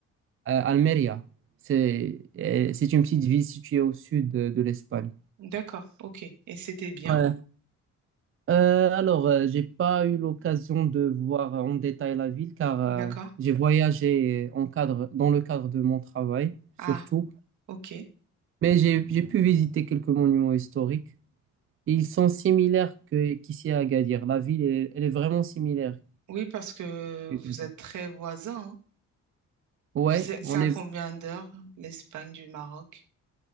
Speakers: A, on the right; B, on the right.
A: Euh, Almeria. C'est euh, c'est une petite ville située au sud de, de l'Espagne.
B: D'accord, ok. Et c'était bien?
A: Ouais. Euh, alors, euh, j'ai pas eu l'occasion de voir en détail la ville car euh,
B: D'accord.
A: j'ai voyagé en cadre, dans le cadre de mon travail surtout,
B: Ah, ok.
A: mais j'ai j'ai pu visiter quelques monuments historiques. et Ils sont similaires que qu'ici à Agadir. La ville est, elle est vraiment similaire.
B: Oui, parce que
A: qu'Agadir.
B: vous êtes très voisins. hein.
A: Ouais,
B: C'est c'est
A: on
B: à
A: est.
B: combien d'heures, l'Espagne du Maroc?